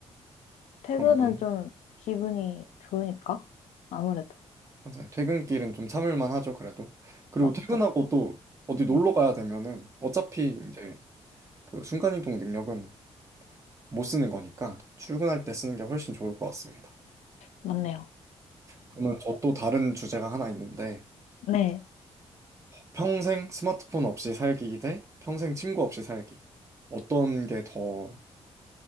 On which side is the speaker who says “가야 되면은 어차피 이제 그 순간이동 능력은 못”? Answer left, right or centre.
Right